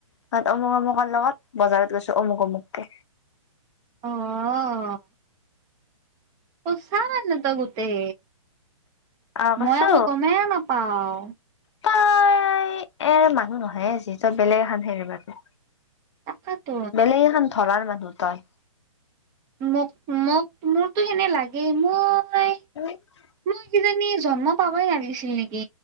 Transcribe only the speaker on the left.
ত অমুক অমুকৰ লগত বজাৰত গৈছো অমুক অমুককে
আহ কৈছো
তাই এ মানুহ নহয় যিহেতু বেলেগ এখন হেৰি মানুহ।
বেলেগ এখন ধৰাৰ মানুহ তাই।
<inaudible>